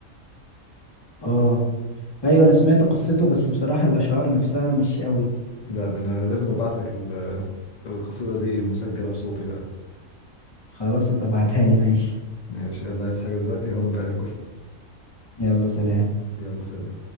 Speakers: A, on the left (about 25°); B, on the left (about 80°).
A: اه ايوه انا سمعت قصته بس بصراحة الاشعار نفسها مش قوي
B: لا ده انا لازم ابعت لك ال- القصيدة دي مسجلة بصوتي بقى
A: خلاص ابقى ابعتها لي ماشي
B: ماشي يلا عايز حاجة دلوقتي هقوم بقى اكل
A: يلا سلام
B: يلا سلام